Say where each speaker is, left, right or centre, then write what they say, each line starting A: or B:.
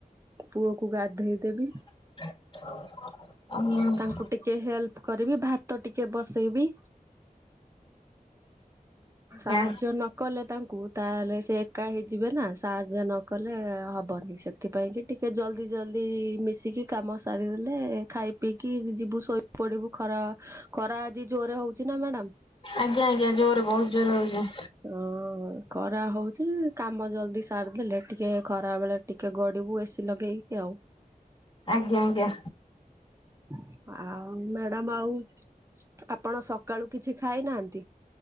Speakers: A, on the right (about 20°); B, on the left (about 35°).
A: ପୁଅକୁ ଗାଧେଇ ଦେବି
B: ଆଜ୍ଞା
A: ତାଙ୍କୁ ଟିକେ ହେଲ୍ପ କରିବି ଭାତ ଟିକେ ବସେଇବି
B: ଆଜ୍ଞା
A: ସାହାଯ୍ୟ ନ କଲେ ତାଙ୍କୁ ତାହେଲେ ସେ ଏକା ହେଇଯିବେ ନା ସାହାଯ୍ୟ ନ କଲେ ହେବନି ସେ ସେଥିପାଇଁ କି ଟିକେ ଜଲ୍ଦି ଜଲଦି ମିଶିକି କାମ ସାରିଦେଲେ ଖାଇ ପିଇକି ଯିବୁ ଶୋଇ ପଡିବୁ ଖରା ଖରା ଆଜି ଜୋରେ ହଉଛି ଚିନା ମ୍ୟାଡ଼ାମ
B: ଆଜ୍ଞା ଆଜ୍ଞା ଜୋର ବହୁତ ଜୋର ହଉଛି
A: ହଁ ହ ଖରା ହଉଛି କାମ ଜଲ୍ଦି ସାରିଦେଲେ ଟିକେ ଖରା ବେଳେ ଟିକେ ଗଡିବୁ ଏ ସି ଲଗେଇକି ଆଉ <inaudible>
B: ଆଜ୍ଞା ଆଜ୍ଞା
A: <inaudible> ଆଉ ମ୍ୟାଡାମ ଆଉ ଆପଣ ସକାଳୁ କିଛି ଖାଇନାହାନ୍ତି?